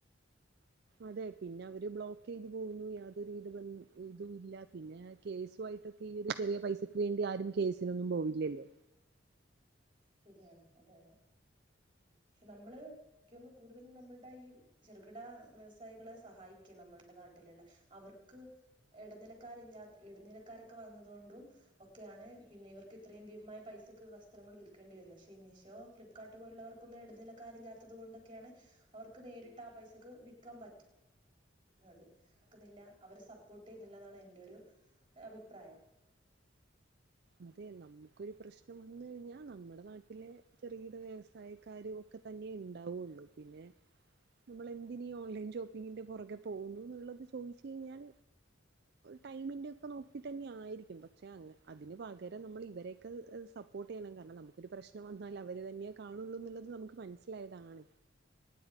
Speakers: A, on the right; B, on the right.
A: അതെ പിന്നെ അവര് ബ്ലോക്ക്യ്ത് പോകുന്നു യാതൊരുവിധ ബൻ ഇതും ഇല്ല പിന്നെ കേസ് <unintelligible> ഈ ഒരു ചെറിയ പൈസക്ക് വേണ്ടി ആരും കേസിനൊന്നും പോവില്ലല്ലോ
B: ശരിയാണ് അതെയതെ പക്ഷെ നമ്മള് ക്കൊന്ന് കൂടുതല് നമ്മൾടെ ഈ ചെറുകിട വ്യവസായികളെ സഹായിക്കണം നമ്മൾടെ നാട്ട <unintelligible> അവർക്ക് ഇടനിലക്കാരില്ലാ ഇടനിലക്കാരൊക്കെ വന്നതൊണ്ടും ഒക്കെയാണ് പിന്നെ ഇവർക്ക് ഇത്രയും ഭീമമായ പൈസൊക്കെ പാത്രങ്ങൾ വിൽക്കേണ്ടിവരുന്നെ പക്ഷേ മീഷോ ഫ്ലിപ്കർട്ട് പോലുള്ളവർക്കൊന്നും ഇടനിലക്കാരി ഇല്ലാത്തത്കൊണ്ടൊക്കെയാണ് അവർക്ക് നേരിട്ട് ആ പൈസക്ക് വിക്കാൻ പറ്റും <unintelligible> ക്കുന്നില്ല അവരെ സപ്പോട്ട് ചെയ്യുന്നില്ല എന്നാണ് എന്റെ ഒരു അഭിപ്രായം
A: അതെ നമുക്കൊരു പ്രശ്നം വന്ന് കഴിഞ്ഞാ നമ്മടെ നാട്ടി ലെ ചെറുകിട വ്യവസായക്കാര് ഒക്കെ തന്നെ ഉണ്ടാവോള്ളു പിന്നെ നമ്മള് എന്തിനീ ഓൺലൈൻ ജോബിങ്ങിന്റെ പോറകെ പോകുന്നു ന്ന്ള്ളത് ചോയ്ച്ച് കഴിഞ്ഞാൽ ടൈമിന്റെ ഒക്കെ നോക്കി തന്നെ ആയിരിക്കും പക്ഷെ അങ്ങ അതിന് പകരം നമ്മള് ഇവരെയൊക്കെ സപ്പോർട്ട് ചെയ്യണം കാരണംനമുക്കൊരു പ്രശ്നം വന്നാല് അവര് തന്നെ കാണുന്നൂന്നുള്ളത് നമുക്ക് മനസ്സിലായതാണ്